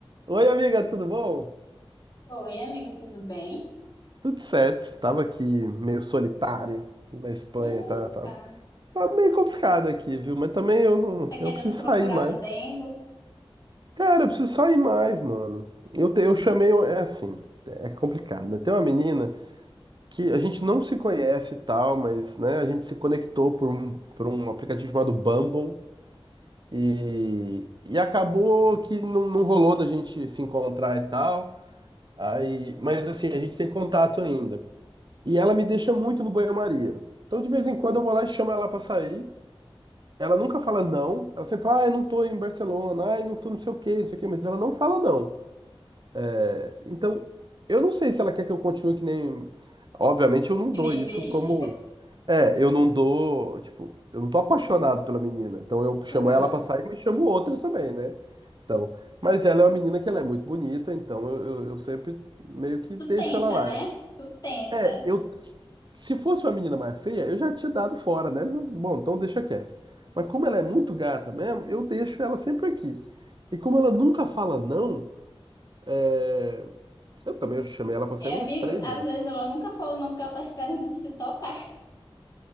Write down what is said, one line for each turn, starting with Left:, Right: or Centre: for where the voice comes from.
Right: Oi, amiga, tudo bom?
Left: Oi, amigo, tudo bem?
Right: Tudo certo, tava aqui meio solitário na Espanha,
Left: Eita,
Right: tá, tá, tá meio complicado aqui, viu? Mas também eu não,
Left: tá querendo
Right: eu preciso
Left: procurar
Right: sair mais.
Left: um dengo?
Right: Cara, eu preciso sair mais, mano. Eu, te- eu chamei, um, é assim, é complicado, né? Tem uma menina que a gente não se conhece e tal, mas, né, a gente se conectou por um, por um aplicativo chamado Bumble e, e acabou que não, não rolou da gente se encontrar e tal. Aí, mas assim, a gente tem contato ainda. E ela me deixa muito no banho-maria. Então, de vez em quando, eu vou lá e chamo ela pra sair. Ela nunca fala não. Ela sempre fala, ah, eu não tô em Barcelona, ai, não tô não sei o quê, não sei o quê, mas ela não fala não. É, Então, eu não sei se ela quer que eu continue que nem. Obviamente, eu não
Left: Que
Right: dou
Left: nem
Right: isso
Left: besta.
Right: como. É, eu não dou. Tipo, eu não tô apaixonado pela menina. Então, eu chamo
Left: <laughs> Aham.
Right: ela pra sair, mas chamo outras também, né? Então, mas ela é uma menina que ela é muito bonita, então eu, eu eu sempre meio que
Left: Tu
Right: deixo
Left: tenta,
Right: ela lá.
Left: né? Tu tenta.
Right: É, eu, se fosse uma menina mais feia, eu já tinha dado fora, né? Bom, então deixa quieto. Mas como ela é muito gata mesmo, eu deixo ela sempre aqui. E como ela nunca fala não, é, eu também chamei ela pra sair
Left: E, amigo,
Right: umas três
Left: às
Right: vezes.
Left: vezes
Right: só.
Left: ela nunca falou não porque ela tá esperando tu se tocar.